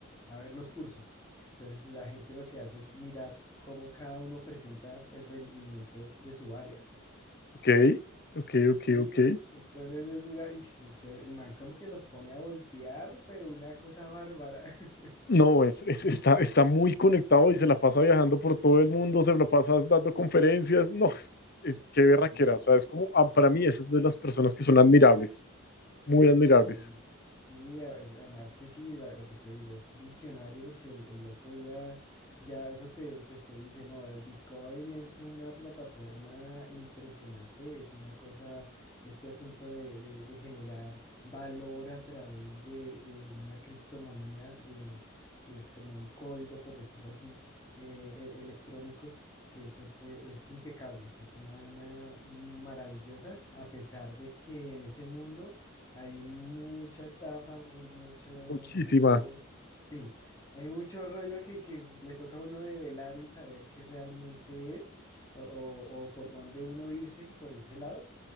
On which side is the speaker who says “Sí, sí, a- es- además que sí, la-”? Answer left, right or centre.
Left